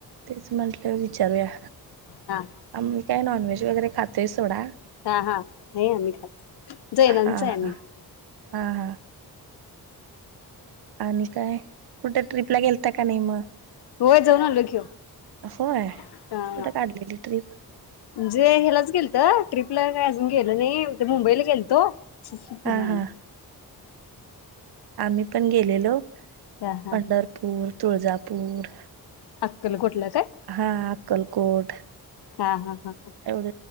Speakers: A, on the right; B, on the left.
A: तेच म्हटलं विचारूया
B: हा
A: आम्ही काय नॉनव्हेज वगैरे खातोय सोडा
B: हा हा नाही आम्ही खात जैनांचं
A: हा
B: आहे
A: हा
B: आम्ही
A: हा हा आणि काय कुठे ट्र्रीपला गेल त्या का नाही म
B: होय जाऊन आलो की ओ
A: होय
B: हा
A: उठ काढलेली ट्रिप
B: म्हणजे ह्यालाच गेलत ट्रीपला काही अजून गेलं नाही मुंबईला गेलतो स फर
A: हा हा आम्ही पण गेलेलो
B: हा हा
A: पंढरपूर तुळजापूर
B: अक्कलकोटला काय
A: हा अक्कलकोट
B: हा हा हा हा
A: एवढ